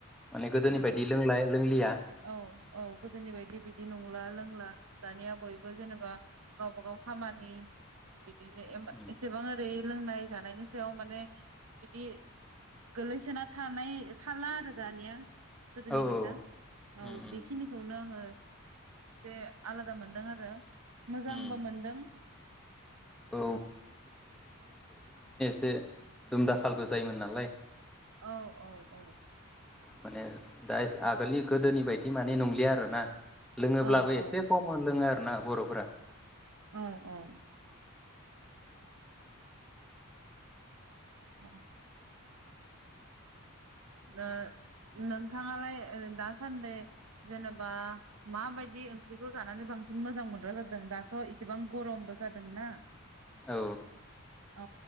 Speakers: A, in the centre; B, on the right.
A: माने गोदोनि
B: ओ
A: बायदि लोंला लोंलिया
B: औ औ गोदोनि बायदि बिदि नंला लोंला दानिया बयबो जेनेबा गावबा गाव खामानि बिदिनो एमबा
A: उम
B: एसेबां ओरै लोंनाय जानायनि सायाव माने बिदि गोलैसोना थानाय थाला आरो दानिया। गोदोनि
A: औ
B: बायसा
A: उम
B: औ
A: उम
B: बेखिनिखौनो आंङो एसे आलादा मोनदों आरो ‌।‌ मोजांबो
A: उम
B: मोनदों।
A: औ से दुम दाखालबो जायोमोन नालाय।
B: औ औ औ
A: माने दा आगोलनि गोदोनि बायदि माने नंलिया आरोना? लोङोब्लाबो
B: औ
A: एसे
B: औ
A: खम लोङो। ना बर'फोरा
B: औ औ अ नो नोंथाङालाय ओ दासान्दि जेनेबा माबायदि ओंख्रिखौ जानानै बांसिन मोजां मोनग्रा जादों दाथ' इसेबां गरमबो जादोंना?
A: औ
B: औ